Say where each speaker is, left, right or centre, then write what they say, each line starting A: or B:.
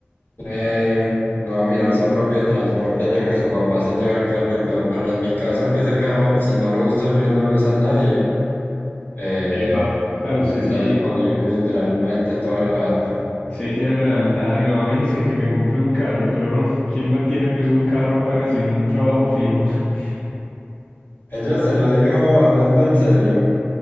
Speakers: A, on the left (about 55°); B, on the left (about 30°).
A: eh, no mirar su propio transporte ya que su papá se lleva el carro y todo. Pero en mi caso, que ese carro, si no lo uso yo, no lo usa nadie. Eh,
B: Epa, sea, usted
A: está
B: sí,
A: disponible literalmente todo el rato.
B: sí tiene mera ventaja. Mi mamá me dice que me compré un carro, pero <laughs> ¿quién mantiene pues un carro, pana, sin un trabajo fijo? <laughs>
A: Ella se lo dijo hablando en serio.